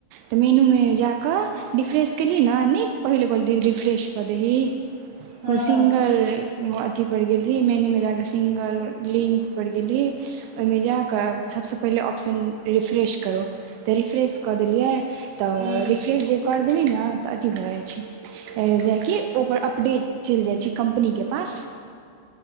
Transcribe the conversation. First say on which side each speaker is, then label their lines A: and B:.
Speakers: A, on the right (about 85°); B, on the right (about 45°).
A: तऽ मेनूमे जाकै रिफ्रेस केलही न नहि पहिले कह बोलदेलही रिफ्रेस करै ही <unintelligible>
B: हँ
A: को सिंगल
B: हँ
A: अथी पड़ गेल‌ए मेनू में जाके सिंगल लिंक पर गेली <unintelligible> ओहिमे जा
B: हँ
A: कऽ सभसँ पहिले ऑप्शन रिफ्रेश करू तऽ रिफ्रेश कऽ देलियै तऽ
B: हूँ
A: रिफ्रेश जे कर देबी ने तऽ अथी भए जाइ छै जेकि ओकर अपडेट चल जाइ छै कम्पनीके पास